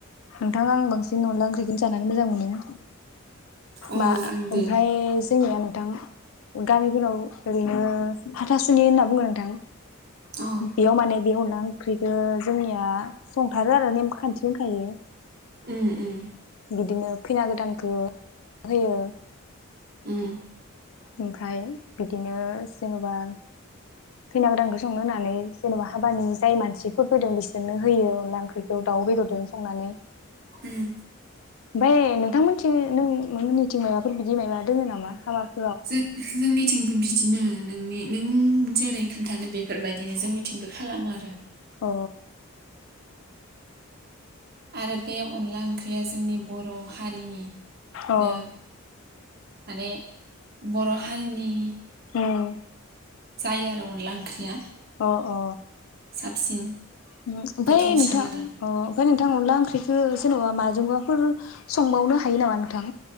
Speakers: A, on the left; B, on the right.
A: नोंथां आं बांसिन अनला ओंख्रिखौनो जानानै मोजां मोनो।
B: अ
A: मा
B: आंबो
A: ओमफ्राय जोंनिया नोंथां गामिफोराव ओरैनो हाथासुनि होनना बुङो नोंथां।
B: उम
A: बियाव माने बिह अनला ओंख्रिखौ जोंनिया संथारो आरो नेम खान्थि दंखायो।
B: उम उम।
A: बिदिनो खैना गोदानखौ होयो।
B: उम।
A: ओमफ्राय बिदिनो जेनबा खैना गोदानखौ संनो होनानै जेनबा हाबानि जाय मानसिफोर फैदों बिसोरनो होयो अनला ओंख्रिखौ दाउ बेदरजों संनानै।
B: उम
A: ओमफाय नोंथांमोनथि नों <inaudible> थिं माबाफोर बिदि माबा दङ नामा हाबाब।
B: जों जोंनिथिंबो बिदिनो। नोंनि। नों जेरै खोनथानो बे फोरबायदिनो जोंनिथिंबो खालामो आरो।
A: अ।
B: आरो बे अनला ओंख्रिया जोंनि बर' हारिनि
A: अ
B: माने बर' हारिनि।
A: उम।
B: जायो आरो अनला ओंख्रिया।
A: अ अ
B: साबसिन
A: उम ओमफाय
B: गोथावसिन
A: नोंथां
B: आरो
A: अ ओमफाय नोंथां अनला ओंख्रिखो जेनबा माजोंबाफोर संबावनो हायो नामा नोंथां?